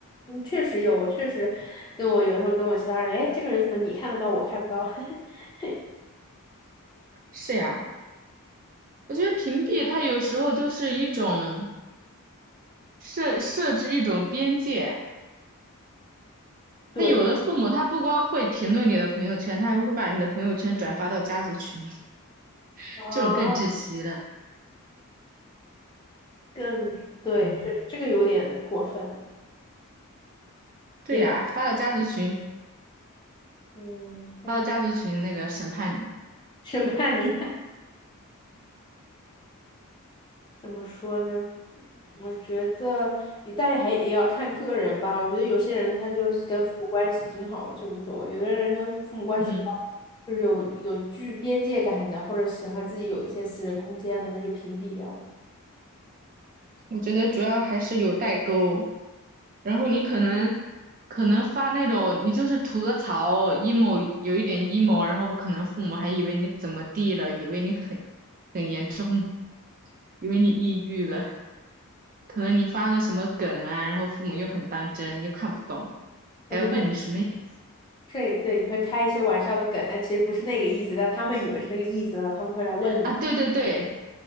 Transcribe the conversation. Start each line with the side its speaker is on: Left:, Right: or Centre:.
Left: 嗯，确实有，我确实跟我有的时候跟我其他人，哎，这个人怎么你看得到，我看不到？<laughs>
Right: 是呀，我觉得屏蔽它有时候就是一种设设置一种边界。
Left: 对，
Right: 他有的父母他不光会评论你的朋友圈，他还会把你的朋友圈转发到家族群，<laughs>
Left: 啊，
Right: 这种更窒息了。
Left: 更对，
Right: 嗯
Left: 确实这个有点过分，
Right: 对呀，
Left: 也不
Right: 发到家族群，
Left: 嗯，他可能
Right: 发到家族群那个审判你。
Left: 审判你，<laughs> 怎么说呢？我觉得也，但是还也要看个人吧。我觉得有些人他就是跟父母关系挺好的，就无所谓；有的人跟父母关系比较，
Right: 嗯，
Left: 就是有有具边界感的，或者喜欢自己有一些私人空间的，那就屏蔽掉。
Right: 我觉得主要还是有代沟，然后你可能可能发那种你就是吐个槽，emo 有一点 emo，然后可能父母还以为你怎么地了，以为你很很严重，以为你抑郁了。可能你发个什么梗啊，然后父母又很当真，又看不懂，
Left: 可能他
Right: 还要问你什么意思
Left: 对对，你会开一些玩笑的梗，但其实不是那个意思，但他们以为是那个意思，然后他们会来问你。
Right: 啊？对对对